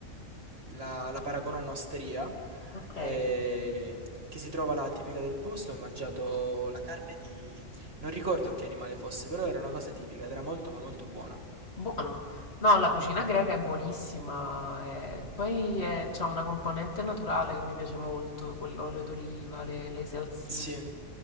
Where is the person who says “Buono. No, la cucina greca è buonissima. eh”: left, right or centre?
Left